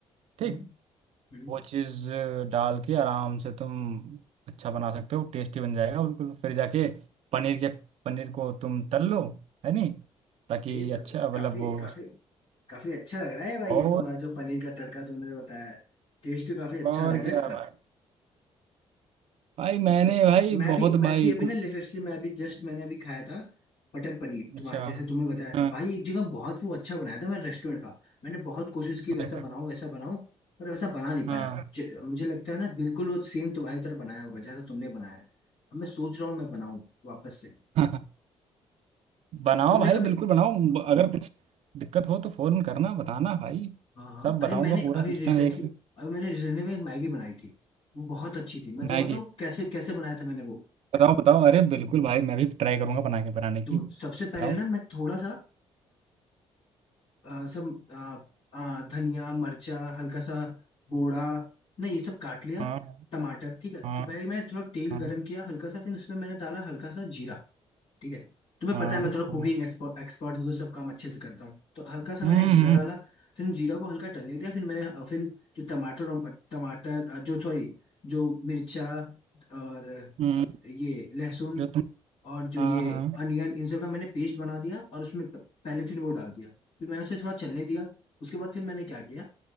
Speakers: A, on the right (about 75°); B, on the left (about 65°).
A: ठीक
B: हम्म हम्म
A: वो चीज़ अ, डाल के आराम से तुम अच्छा बना सकते हो टेस्टी बन जाएगा बिल्कुल फिर जाके पनीर के पनीर को तुम तल लो है नहीं ताकि
B: ये
A: अच्छा
B: तब तो
A: मतलब
B: काफी
A: वो
B: काफी काफी अच्छा लग रहा है भाई
A: और
B: ये तुम्हारा जो पनीर का तड़का तुमने बताया है टेस्ट तो काफी अच्छा
A: और
B: रहेगा इसका
A: क्या भाई भाई
B: तब
A: मैंने
B: तो
A: भाई
B: मैं
A: बहुत
B: भी मैं
A: भाई
B: भी अभी
A: कुकिंग
B: ना लेटेस्टली मैं अभी जस्ट मैंने अभी खाया था मटर पनीर तुम्हारा
A: अच्छा
B: जैसे तुमने बताया
A: हाँ
B: था भाई एक जगह बहुत वो अच्छा बनाया था मैं रेस्टोरेंट का मैंने बहुत कोशिश की वैसा
A: अच्छा
B: बनाऊं वैसा बनाऊं पर वैसा बना नहीं पाया
A: हाँ
B: ज- मुझे लगता है ना बिल्कुल वो सेम तुम्हारी तरह बनाया होगा जैसा तुमने बनाया है अब मैं सोच रहा हूँ मैं बनाऊं वापस से
A: <laughs> बनाओ
B: तुमने
A: भाई
B: कभी
A: बिल्कुल बनाओ ब- अगर कुछ दिक्कत हो तो फोन करना बताना भाई
B: हाँ हाँ
A: सब
B: अरे
A: बताऊंगा
B: मैंने
A: पूरा
B: अभी
A: सिस्टम
B: रिसेंटली
A: एक
B: अभी मैंने रिसेंटली में एक मैगी बनाई थी वो बहुत अच्छी थी मैं तुम्हें
A: मैगी
B: बताऊँ कैसे कैसे बनाया था मैंने वो
A: बताओ बताओ अरे बिल्कुल भाई मैं भी ट्राई करूंगा बना के बनाने
B: दो
A: की बताओ
B: सबसे पहले ना मैं थोड़ा सा आ, सब आ, आ, धनिया मिर्चा हल्का सा बोड़ा नहीं ये सब काट लिया
A: हाँ
B: टमाटर ठीक है
A: हाँ
B: तो पहले मैंने थोड़ा तेल
A: हाँ
B: गरम किया हल्का सा फिर उसमें मैंने डाला हल्का सा जीरा ठीक है तुम्हें
A: हाँ
B: पता है मैं थोड़ा कुकिंग
A: हाँ
B: एक्सपर्ट हूँ तो सब काम अच्छे से करता हूँ तो हल्का सा मैंने
A: हम्म
B: जीरा
A: हम्म,
B: डाला फिर जीरा को हल्का टलने दिया फिर मैंने अ, फिर जो टमाटर और- टमाटर अ, जो सॉरी जो मिर्चा और
A: हम्म,
B: ये लहसुन
A: जो तुम
B: और जो
A: हाँ
B: ये
A: हाँ
B: अनियन इन सब का मैंने पेस्ट बना दिया और उसमें प- पहले फिर वो डाल दिया फिर मैंने उसे थोड़ा चलने दिया उसके बाद फिर मैंने क्या किया